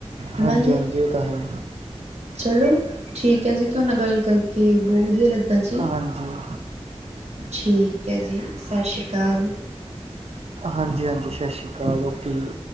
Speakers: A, on the right; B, on the right.
A: ਹਨਾ
B: ਹਾਂਜੀ,
A: ਜੀ
B: ਹਾਂਜੀ ਇਹ ਤਾਂ ਹੈ।
A: ਚਲੋ ਠੀਕ ਹੈ ਜੀ ਤੁਹਾਡੇ ਨਾਲ ਗੱਲ ਕਰਕੇ ਬਹੁਤ ਵਧੀਆ ਲੱਗਾ ਜੀ।
B: ਹਾਂਜੀ।
A: ਠੀਕ ਹੈ ਜੀ ਸਸ ਸ੍ਰੀ ਕਾਲ।
B: ਹਾਂਜੀ-ਹਾਂਜੀ ਸਸ ਸ੍ਰੀ ਕਾਲ ਓਕੇ ਜੀ।